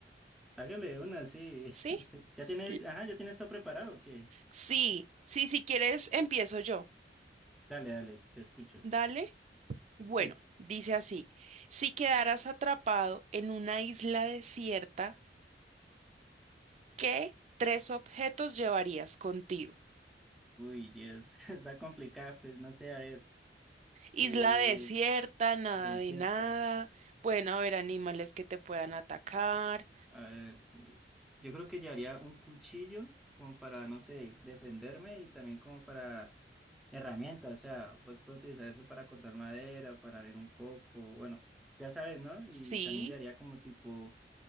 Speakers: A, in the centre; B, on the right.
A: Hágale una, sí.
B: ¿Sí?
A: <laughs> ¿Ya tienes,
B: L-
A: ajá, ya tienes todo preparado? o ¿Qué?
B: Sí, sí, si quieres empiezo yo.
A: Dale, dale, te escucho.
B: Dale. Bueno,
A: Sí.
B: dice así, si quedaras atrapado en una isla desierta, ¿qué tres objetos llevarías contigo?
A: Uy, Dios, <laughs> está complicada, pues no sé, a ver.
B: Isla
A: Eh,
B: desierta, nada
A: desierta.
B: de nada, pueden haber animales que te puedan atacar.
A: A ver, eh, yo creo que llevaría un cuchillo como para, no sé, defenderme y también como para herramienta, o sea, vos puedes utilizar eso para cortar madera, para abrir un coco, bueno, ya sabes, ¿no? Y
B: Sí.
A: también llevaría como tipo